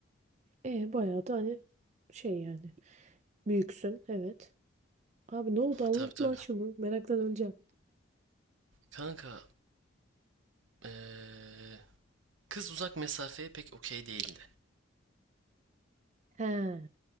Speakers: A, on the right (about 35°); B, on the right (about 75°).
A: E bayağı da hani şey yani. Büyüksün evet. Abi ne oldu anlat
B: Tabii tabii.
A: lan şunu. Meraktan öleceğim.
B: Kanka eee, kız uzak mesafeye pek okey değildi.
A: He